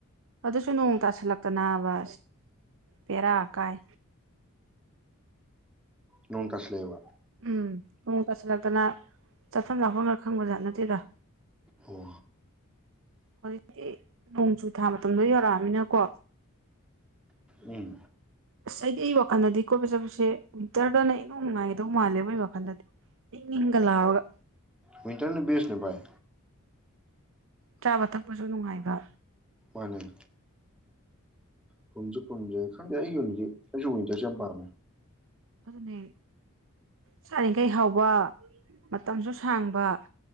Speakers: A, on the right; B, in the centre.
A: ꯑꯗꯨꯁꯨ ꯅꯣꯡ ꯇꯥꯁꯤꯜꯂꯛꯇꯅꯕ ꯕꯦꯔꯥ ꯀꯥꯏ
B: ꯅꯣꯡ ꯇꯁꯜꯂꯛ ꯑꯦ ꯕ
A: ꯎꯝ ꯅꯨꯡ ꯇꯥꯁꯤꯜꯂꯛꯇꯅ ꯆꯠꯐꯝ ꯂꯥꯛꯐꯝ ꯈꯔ ꯈꯪꯕꯖꯥꯠ ꯅꯠꯇꯦꯗ
B: ꯍ
A: ꯍꯧꯖꯤꯛꯇꯤ ꯅꯣꯡꯖꯨ ꯊꯥ ꯃꯇꯝꯗꯣ ꯌꯧꯔꯛꯑꯃꯤꯅꯀꯣ
B: ꯎꯝ
A: ꯑꯁ ꯑꯩꯗꯤ ꯑꯩ ꯋꯥꯈꯜꯗꯗꯤ ꯀꯣꯕ ꯆꯠꯄꯁꯦ ꯋꯤꯟꯇꯔꯗꯅ ꯏꯅꯧ ꯅꯨꯡꯉꯥꯏꯒꯗꯧ ꯃꯥꯜꯂꯦꯕꯣ ꯏꯩ ꯋꯥꯈꯜꯗꯗꯤ ꯏꯪ ꯏꯪꯒ ꯂꯥꯎꯔꯒ
B: ꯋꯤꯜꯇꯔ ꯅ ꯕꯦꯁꯅꯤ ꯕꯥꯏ
A: ꯆꯥꯕ ꯊꯛꯄꯁꯨ ꯅꯨꯡꯉꯥꯏꯕ
B: ꯃꯥꯅꯦꯟ ꯄꯨꯟꯁꯦ ꯈꯪꯗꯦ ꯑꯩꯒꯤ ꯑꯣꯏꯅꯗꯤ ꯑꯩꯁꯨ ꯋꯤꯟꯇꯔꯁꯦ ꯌꯥꯝ ꯄꯥꯝꯃꯦ
A: ꯑꯗꯨꯅꯤ ꯆꯥꯔꯤꯈꯩ ꯍꯥꯎꯕ ꯃꯇꯝꯁꯨ ꯁꯥꯡꯕ